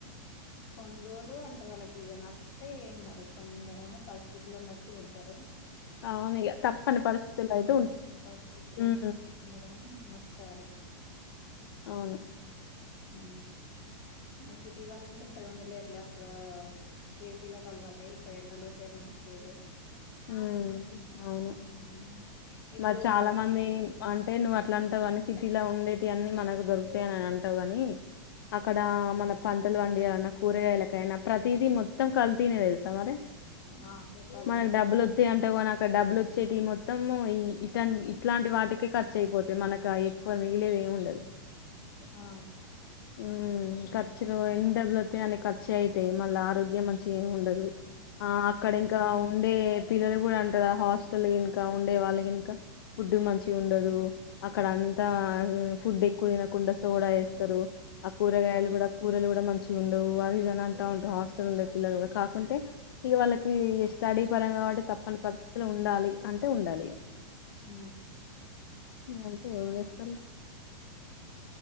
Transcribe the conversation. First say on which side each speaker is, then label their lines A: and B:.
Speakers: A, on the left (about 40°); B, on the left (about 65°).
A: కొన్ని రోజులు అంటే వాళ్ళకి ఇగ నా చ్చుతే ఏం కాదు కొందరు ఏమో పరిస్థితులను బట్టి ఉంటారు
B: అవును ఇగ తప్పని పరిస్థితుల్లో
A: ఈ
B: అయితే ఉం
A: పరిస్థితిలో
B: హ్మ్
A: ఉంటే అందరేమో నచ్చాలి
B: అవును
A: ఉ మరి సిటీ వాళ్ళంటే ఇక్కడ ఉండలేరు లే అక్కడ ఏసీలకు అలవాటు ఇక్కడ ఎండలో చేయాలంటే చేయలేరు
B: ఆ అవును
A: హ్మ్. ఇప్పుడు
B: మరి చాలా
A: ఆ సిటీ
B: మంది అంటే నువ్ ఇట్లా అంటావు కాని సిటీలా ఉండేవి అన్ని మనకు దొరుతాయని అని అంటావు గాని అక్కడ
A: హ్మ్.
B: మన తన్ పండియాలన్న కూరగాయలకైన ప్ర కల్తీ మొత్తం కల్తీనే తెలుసా మరీ
A: ఆ! అక్కడ కల్తీనే.
B: మన అంటే అ డబ్బులు వచ్చేటి మొత్తము ఇట్లా ఇట్లాంటి వాటికే ఖర్చయిపోతుంది. మనకు ఎక్కువ మిగిలేది ఏమిండదు
A: ఆ!
B: హు ఖర్చులు ఎన్ని డబ్బులొస్తయి అన్ని మంచి అయితయి మళ్ళీ ఆరోగ్యం మంచిగేముండదు ఆ అక్కడ ఇంకా అంటే పిల్లలు కూడా అంటారు హాస్టల్ ఇంకా ఉండే వాళ్ళకి ఇంకా ఫుడ్ మంచి ఉండదు అక్కడ అంతా ఆ ఫుడ్ ఎక్కువ తినకుండ సోడాఏస్తరు. ఆ కూరగాయలు కూడా కూరలు కూడా మంచిగుండవు అవీ ఇవి అని అంటా ఉంటరు. హాస్టల్ ఉండే పిల్లలు కూడా కా అంటే ఇగ వాళ్ళకీ తడి పరంగా కాబట్టి తప్పని పరిస్థితి ఉండాలి అంటే ఉండాలి
A: ఊ
B: అంటే ఏం చేస్తరు.